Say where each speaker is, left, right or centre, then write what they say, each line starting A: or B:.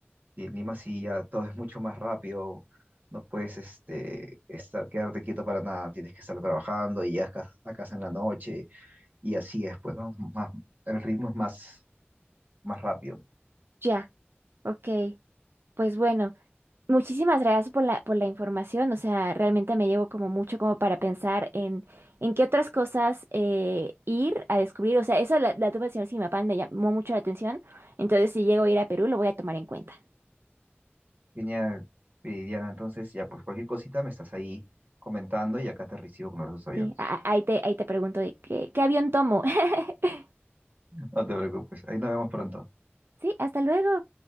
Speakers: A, on the right; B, on the right.
A: Y en Lima sí ya todo es mucho más rápido. No puedes este, estar, quedarte quieto para nada. Tienes que estar trabajando y llegas a casa a casa en la noche. Y así es, pues, ¿no? Más, el ritmo es más, más rápido.
B: ya, ok. Pues bueno. Muchísimas gracias por la, por la información. O sea, realmente me llevo como mucho como para pensar en, en qué otras cosas eh, ir a descubrir. O sea, eso la, la tuve del señor Simapán me llamó mucho la atención. Entonces, si llego a ir a Perú, lo voy a tomar en cuenta.
A: Genial, eh, Diana. Entonces, ya, pues cualquier cosita me estás ahí comentando y acá te recibo con los brazos abiertos.
B: Sí, a- a- ahí te, ahí te pregunto de qué, qué avión tomo. <laughs>
A: No te preocupes, ahí nos vemos pronto.
B: Sí, hasta luego.